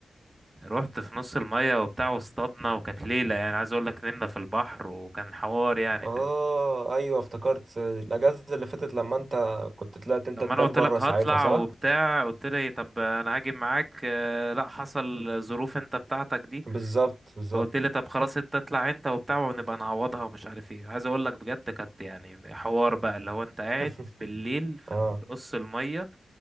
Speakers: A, on the right; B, on the right.
A: رحت في نص الميه وبتاع واصطادنا وكانت ليله يعني عايز اقول لك نمنا في البحر وكان حوار يعني
B: اه
A: فاهمني
B: ايوه افتكرت الاجازه اللي فاتت لما انت كنت طلعت انت
A: لما
B: تبات
A: انا قلت
B: بره
A: لك
B: ساعتها
A: هطلع
B: صح
A: وبتاع قلت لي طب انا هاجي معاك آه، لا حصل ظروف انت بتاعتك دي
B: بالظبط بالظبط
A: فقلت لي طب خلاص انت اطلع انت وبتاع ونبقى نعوضها ومش عارف ايه عايز اقول لك بجد كانت يعني حوار بقى اللي هو انت قاعد
B: <laughs>
A: بالليل في
B: اه
A: في نص المية